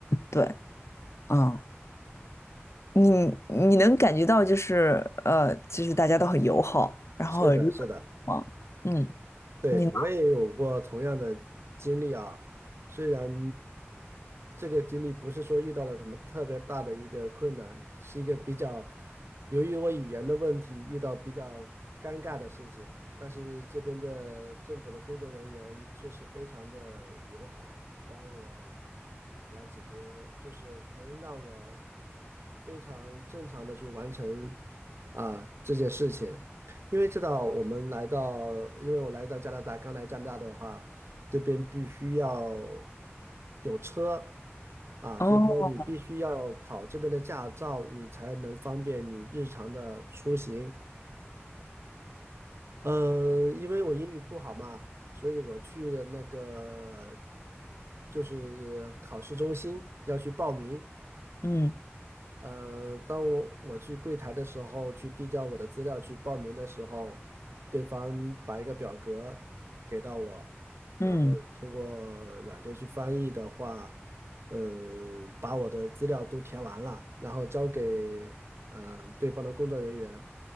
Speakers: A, on the left (about 80°); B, on the right (about 65°).
A: 对，嗯，你你能感觉到就是呃，就是大家都很友好，然后很热情嘛嗯，
B: 是的，是的。对，
A: 你呢？
B: 我也有过同样的经历啊，虽然这个经历不是说遇到了什么特别大的一个困难，是一个比较，由于我语言的问题遇到比较尴尬的事情，但是这边的政府的工作人员确实非常的友好，帮我来解决，就是能让我非常正常的去完成啊这件事情。因为知道我们来到，因为我来到加拿大，刚来加拿大的话，这边必须要有车啊，
A: 哦，
B: 所以说你必须要考这边的驾照，你才能方便你日常的出行。嗯，因为我英语不好嘛，所以我去了那个就是考试中心要去报名，
A: 嗯
B: 呃，当我我去柜台的时候，去递交我的资料去报名的时候，对方把一个表格给到我，
A: 嗯
B: 然后我通过软件去翻译的话，嗯，把我的资料都填完了，然后交给嗯呃对方的工作人员。